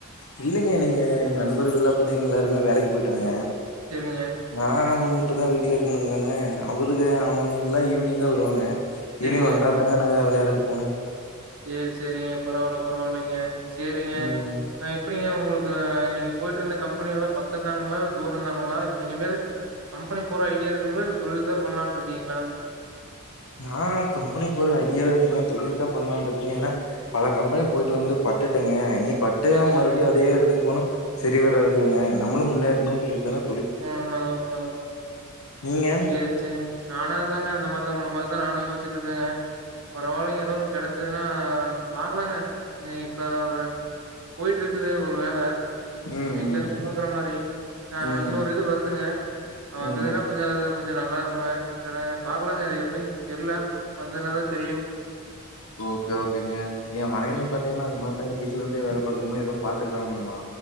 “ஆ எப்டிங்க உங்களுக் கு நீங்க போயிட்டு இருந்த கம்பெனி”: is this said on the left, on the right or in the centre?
Right